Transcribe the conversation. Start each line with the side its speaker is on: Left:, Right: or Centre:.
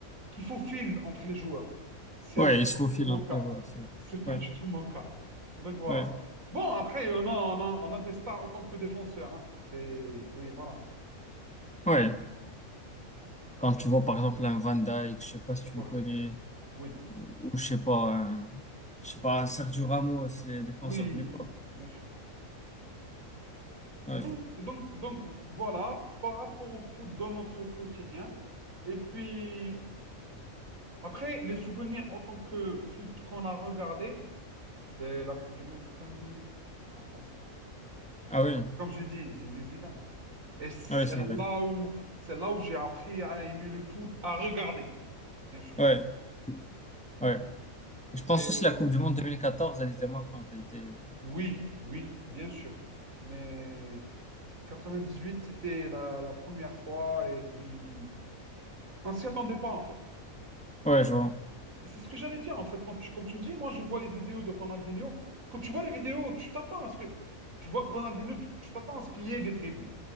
Right: qu'il faut fil entre les joueurs. C'est
Centre: ouais,
Right: c'est
Centre: il se
Right: pas
Centre: faufile
Right: du tout mon
Centre: entre
Right: cas.
Centre: les joueurs. c'est-
Right: C'est pas
Centre: Ouais,
Right: du tout mon cas. Donc voilà.
Centre: ouais,
Right: Bon, après, on a, on a, on a des stars en tant que défenseurs. hein. C'est... Oui, voilà.
Centre: ouais. Quand tu vois, par exemple, un Van Dijk, je sais pas si tu
Right: Voilà.
Centre: le connais,
Right: Oui.
Centre: ou ou je sais pas, un, je sais pas, un Sergio Ramos, les défenseurs
Right: Oui,
Centre: de l'époque.
Right: bien sûr.
Centre: Ouais.
Right: Donc, donc, donc, voilà, par rapport au foot dans notre quotidien. Et puis, après, les souvenirs en tant que foot qu'on a regardé, c'est la Coupe du Monde 98, la France.
Centre: Ah oui,
Right: Comme j'ai dit, Zinedine Zidane. Et c'est
Centre: ah oui, c'est
Right: là
Centre: vrai.
Right: où, c'est là où j'ai appris à aimer le foot, à regarder, bien sûr.
Centre: Ouais,
Right: Voilà.
Centre: ouais. Je pense
Right: C'est-
Centre: aussi la Coupe du Monde 2014, elle était marquante. Elle était...
Right: oui, oui, bien sûr. Mais 98, c'était la, la première fois. Et puis, on s'y attendait pas, en fait.
Centre: Ouais, je vois.
Right: C'est c'est ce que j'allais dire, en fait. Quand tu, comme tu me dis, moi, je vois les vidéos de Ronaldinho. Quand tu vois les vidéos, tu t'attends à ce que. Tu vois que Ronaldinho, tu tu t'attends à ce qu'il y ait des dribbles.